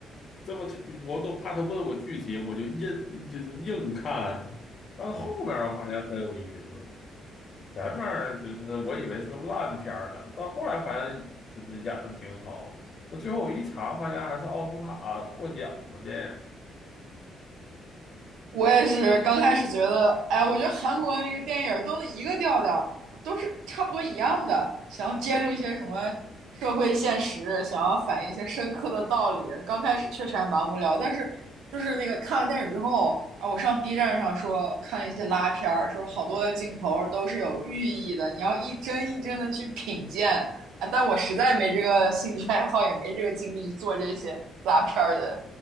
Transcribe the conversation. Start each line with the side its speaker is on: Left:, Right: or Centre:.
Left: 这么，我都怕他问我剧情，我就硬就是硬看。但是后面儿我发现很有意思，前面儿就是我以为是个烂片儿呢，到后来发现就是演的挺好。那最后我一查，发现还是奥斯卡获奖的电影
Right: 我也是刚开始觉得，哎，我觉得韩国那个电影都是一个调调，都是差不多一样的，想要揭露一些什么社会现实，想要反映一些深刻的道理。刚开始确实还蛮无聊，但是就是那个看完电影之后，啊，我上 B 站上说看一些拉片儿，说好多的镜头都是有寓意的，你要一帧一帧的去品鉴。啊，但我实在没这个兴趣爱好，也没这个精力去做这些拉片儿的